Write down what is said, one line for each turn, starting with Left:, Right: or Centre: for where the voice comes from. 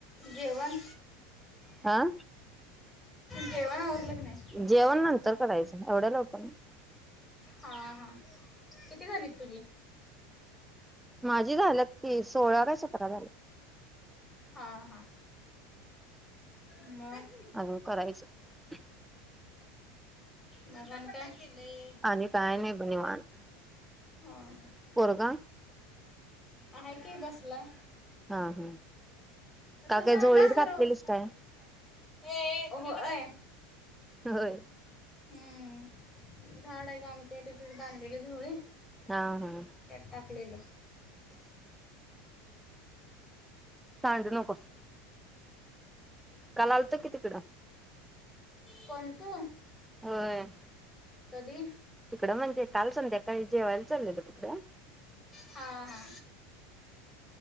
Left: जेवन.
Centre: हा
Left: जेवणं आवरलं? की नाही
Centre: जेवण नंतर करायचं एवढ्या लवकर नाही.
Left: हा हा किती झालीत तुझी?
Centre: माझी झाल्यात की सोळा काय सतरा झाल्यात.
Left: हां हां मग.
Centre: अजुन करायचंय.
Left: मग आणि काय?
Centre: आणि काय नाही ब निवांत
Left: <unintelligible>
Centre: पोरगा
Left: आहे की बसलाय.
Centre: हा हा.
Left: <inaudible>
Centre: का काय झोळीत घातलेलीस काय होय.
Left: हम्म झाड आहे का आमचे इथं तिथं बांधलेली झोळी.
Centre: हा हा.
Left: त्यात टाकलेलं
Centre: सांडु नकोस. काल आलंत कि तिकडं.
Left: कोण तू?
Centre: होय.
Left: कधी?
Centre: तिकडं म्हणजे काल संध्याकाळी जेवायला चाल्लेलो तिकडं.
Left: हा हा.